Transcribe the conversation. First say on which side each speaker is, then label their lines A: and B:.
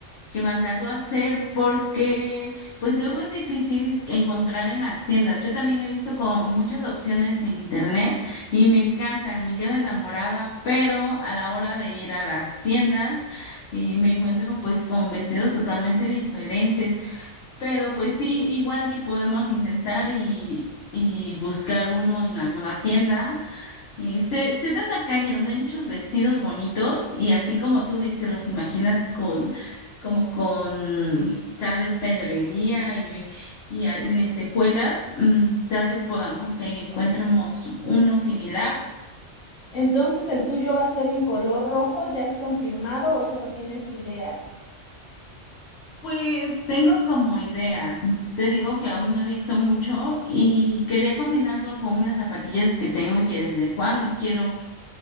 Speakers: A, on the left (about 60°); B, on the left (about 80°).
A: que mandarlo a hacer porque pues luego es difícil encontrar en las tiendas. Yo también he visto como muchas opciones en internet y me encantan, me quedo enamorada, pero a la hora de ir a las tiendas eh, me encuentro pues con vestidos totalmente diferentes. Pero pues sí, igual y podemos intentar y, y buscar uno en alguna tienda eh, sé, sé de una calle donde hay muchos vestidos bonitos y así como tú di- te los imaginas con, como con tal vez pedrería y, y, a- y lentejuelas, mm, tal vez podamos que ahí encontremos uno similar.
B: Entonces, ¿el tuyo va a ser en color rojo? ¿Ya es confirmado o solo tienes ideas?
A: Pues tengo como ideas. Te digo que aún no he visto mucho y quería combinarlo con unas zapatillas que tengo y que desde cuando quiero,